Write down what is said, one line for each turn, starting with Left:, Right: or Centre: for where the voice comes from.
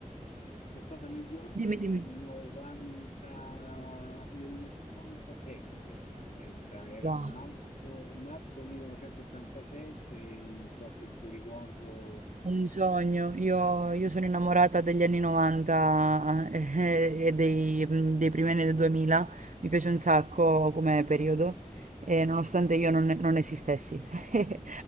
Left: Sono stato a New York
Right: Dimmi,
Left: nel
Right: dimmi.
Left: 90, nell'87, pensa, era
Right: Wow.
Left: marzo, marzo 1987 e ho questo ricordo
Right: Un sogno, io, io sono innamorata degli anni 90 eh, eh, e dei, mh, dei primi anni del 2000, mi piace un sacco come periodo, e nonostante io non, non esistessi, <laughs>